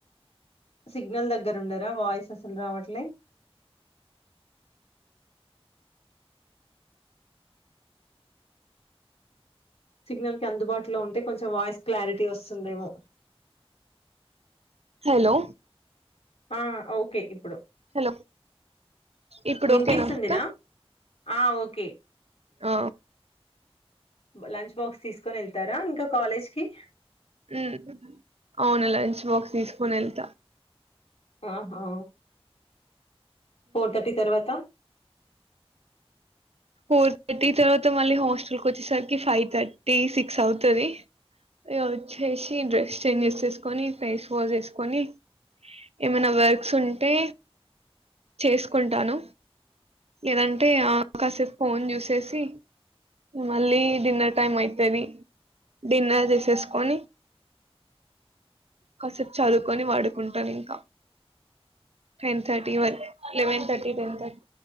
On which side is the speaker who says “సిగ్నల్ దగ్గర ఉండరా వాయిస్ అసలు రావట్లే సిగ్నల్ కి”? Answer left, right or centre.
Left